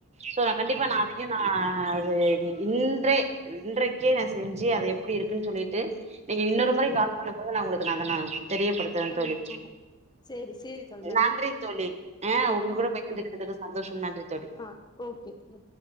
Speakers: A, on the right; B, on the left.
A: சோ
B: ஆமா
A: கண்டிப்பா
B: ஆமா
A: நா அதையு நா சேரி இன்றே இன்றைக்கே நா செஞ்சு அத எப்டி இருக்குன் சொல்லிட்டு நீங்க இன்னொரு
B: ம்
A: முறை
B: ம்
A: கால் ப்ப உங்களுக்கு அத நா தெரியப்படுத்தறே
B: ஆமா
A: தோழி
B: ஆமா சேரி சேரி தோழி
A: நன்றி தோழி ஆ
B: ம்
A: உங்க கூட
B: ம்
A: பகிர்ந்துகிட்டதுக்கு
B: ம்
A: சந்தோஷம் நன்றி தோழி
B: ஆ ஓகே ம்